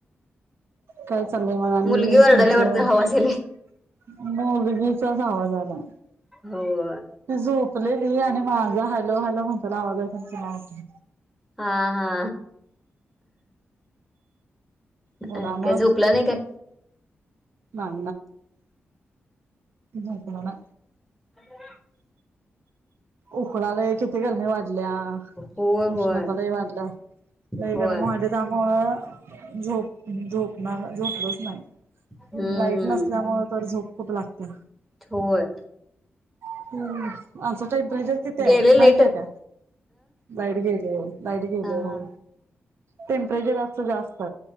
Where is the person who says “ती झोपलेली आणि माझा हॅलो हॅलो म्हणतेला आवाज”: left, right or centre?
Right